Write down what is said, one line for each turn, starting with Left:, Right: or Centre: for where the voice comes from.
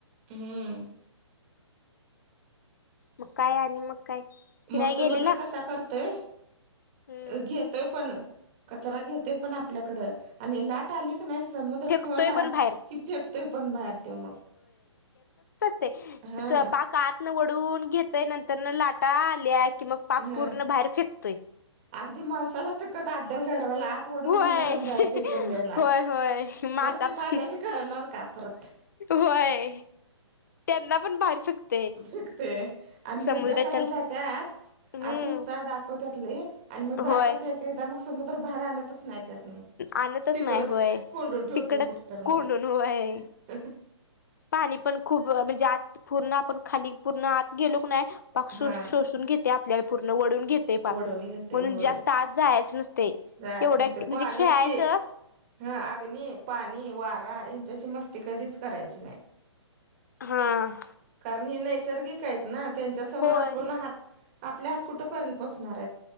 Right: हम्म.
Left: मग काय आणि मग काय फिराय
Right: मग समुद्र
Left: गेलेला
Right: कसा करतोय
Left: हम्म
Right: घेतोय पण कचरा घेतोय पण आपल्याकड आणि लाट आली नाही समुद्र
Left: फेकतोय
Right: खवला
Left: पण बाहेर
Right: की फेकतोय पण बाहेर त मग
Left: स्वयंपाकात
Right: हा
Left: न वडून घेतय नंतर न लाटा आल्या कि मग पाक
Right: हा
Left: पूर्ण बाहेर फेकतोय.
Right: अगदी मसाला चकट आाद्यल घडवल आत ओढून
Left: होय
Right: नेणार आणि बाहेर फिकून देणार
Left: होय होय मासा
Right: मस्ती
Left: पण
Right: पाण्याशी करणार का परत
Left: होय त्यांना पण बाहेर फेकतोय
Right: फेकते. आणि
Left: समुद्राच्या
Right: मज्जा करायला जातत
Left: हम्म
Right: अतिउत्साह दाखवत्यात लई आणि मग जातात
Left: होय
Right: एकेकदा मग समुद्र बाहेर आणतच नाहीत. त्यास्नी
Left: आणतच
Right: तिकडच
Left: नाही होय
Right: कोंडून ठेवतय
Left: तिकडच
Right: कुठतर मग
Left: कोंडून होय पाणी पण खूप म्हणजे आत पूर्ण आपण खाली पूर्ण आत गेलो क नायं
Right: हा
Left: शोषून घेतय आपल्याला पूर्ण वडून घेते पाक
Right: ओढून घेतोय
Left: म्हणून
Right: होय
Left: जास्त आत जायच नसते.
Right: जायचं
Left: तेवढ्या
Right: नसते
Left: म्हणजे
Right: पाण्याशी
Left: खेळायचं
Right: हा अग्नी, पाणी, वारा यांच्याशी मस्ती कधीच करायची नाही.
Left: हम्म
Right: कारण हे नैसर्गिक आहेत ना त्यांच्या समोर
Left: होय
Right: आपण हात आपले हात कुठेपर्यंत पोचणार आहेत.